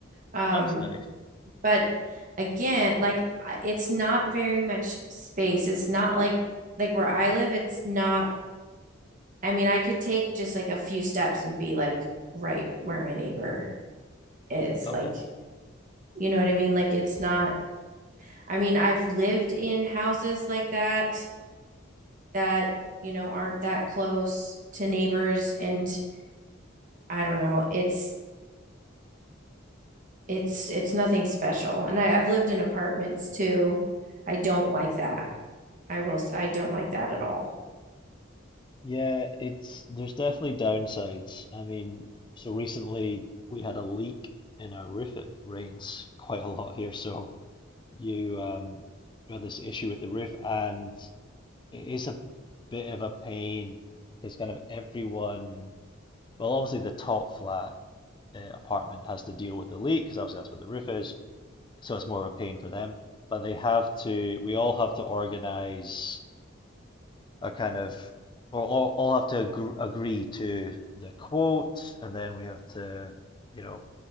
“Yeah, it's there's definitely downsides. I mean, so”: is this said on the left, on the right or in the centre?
Left